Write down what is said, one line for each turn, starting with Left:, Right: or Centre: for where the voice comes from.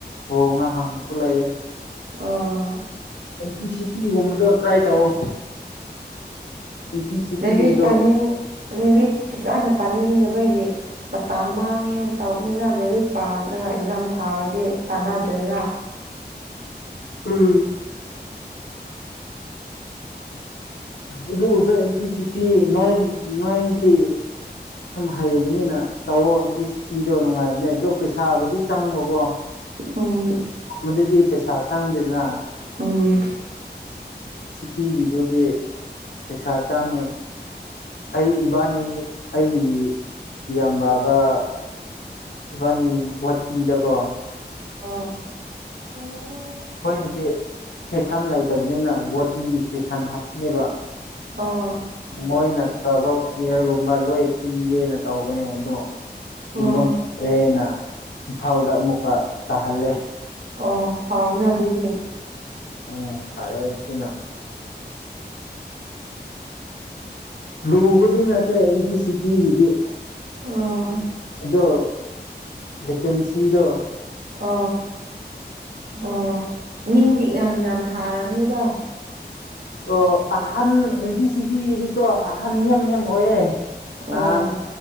Left: ꯍꯣꯡꯉ ꯍꯥꯡꯉꯁꯨ ꯂꯩꯌꯦ꯫
Right: ꯑꯥ꯫
Left: ꯑꯦꯝ ꯇꯤ ꯁꯤꯇꯤ ꯒꯨꯝꯅꯗꯣ ꯇ꯭ꯔꯥꯏ ꯇꯧꯑꯣ꯫ ꯑꯦꯟ ꯄꯤ ꯁꯤ
Right: ꯂꯥꯏꯔꯤꯛ
Left: ꯇꯤꯒꯤꯗꯣ
Right: ꯄꯥꯅꯤꯡ ꯂꯥꯏꯔꯤꯛ ꯐꯖꯅ ꯄꯥꯅꯤꯡꯅꯕꯒꯤ꯫ ꯃꯇꯝ ꯃꯥꯡꯉꯦ ꯇꯧꯕꯅꯤꯅ ꯂꯦꯔꯤꯛ ꯄꯥꯗ꯭ꯔꯒ ꯑꯦꯛꯖꯥꯝ ꯊꯥꯔꯗꯤ ꯀꯥꯟꯅꯗꯣꯏꯔ꯫
Left: ꯎꯝ꯫ ꯑꯗꯨꯕꯨꯁꯨ ꯑꯦꯟꯇꯤ ꯁꯤ ꯄꯤ ꯅꯣꯏ ꯅꯣꯏꯗꯤ ꯍꯩꯕꯅꯤꯅ ꯇꯧꯑꯣ ꯑꯦꯟꯇꯤ ꯁꯤ ꯄꯤꯗꯣ ꯅꯨꯡꯉꯥꯏꯕꯅꯦ ꯑꯗꯣ ꯄꯩꯁꯥꯕꯨꯗꯤ ꯆꯪꯕꯀꯣ꯫
Right: ꯑꯣ꯫
Left: ꯃꯗꯨꯗꯤ ꯄꯩꯁꯥ ꯆꯪꯗꯦꯗꯅ꯫
Right: ꯎꯝ
Left: ꯄꯤꯒꯤꯗꯨꯗꯤ ꯄꯩꯁꯥ ꯆꯪꯉꯦ꯫ ꯑꯩ ꯏꯕꯥꯅꯤ ꯑꯩꯒꯤ ꯏꯌꯥꯝꯕꯒ ꯏꯕꯥꯅꯤ ꯒꯨꯍꯥꯇꯤꯗꯀꯣ꯫
Right: ꯑꯥ꯫
Left: ꯑꯩꯈꯣꯏꯗꯨꯗꯤ ꯏꯁꯇꯦꯁꯟ ꯂꯩꯇꯕꯅꯤꯅ ꯒꯨꯍꯥꯇꯤ ꯏꯁꯇꯦꯁꯟ ꯍꯥꯞꯄꯅꯦꯕ꯫
Right: ꯑꯣ
Left: ꯃꯣꯏ ꯅꯠꯇ꯭ꯔꯕ ꯀꯤꯌꯔꯒꯨꯝꯕ ꯂꯣꯏ ꯄꯤꯒꯦꯅ ꯇꯧꯕ ꯇꯧꯕꯅꯦ ꯑꯗꯣ ꯄꯤꯕ
Right: ꯑꯣ
Left: ꯉꯝꯗꯦꯅ꯫ ꯏꯝꯐꯥꯜꯗ ꯑꯃꯨꯛꯀ ꯇꯥꯍꯜꯂꯦ
Right: ꯑ ꯐꯅꯗꯗꯤ
Left: ꯎꯝ ꯐꯔꯦꯁꯤꯅ ꯂꯨꯕꯗꯤ ꯅꯠꯇ ꯏꯇ ꯁꯤꯤꯄꯤꯤꯒꯤꯗꯤ
Right: ꯑꯣ
Left: ꯑꯗꯣ ꯦꯀꯦꯟꯁꯤꯗꯣ
Right: ꯑ ꯑꯣ ꯃꯤꯗꯤ ꯌꯥꯝ ꯌꯥꯝ ꯊꯥꯔꯒꯅꯤꯗ
Left: ꯑꯣ ꯑꯍꯥꯟ ꯑꯦꯟꯗꯤ ꯁꯤꯕꯤ ꯍꯥꯏꯗꯤꯀꯣ ꯑꯍꯥꯟꯌꯝ ꯌꯥꯝ ꯑꯣꯏꯌꯦꯦ
Right: ꯑꯣ
Left: ꯅꯍꯥꯟ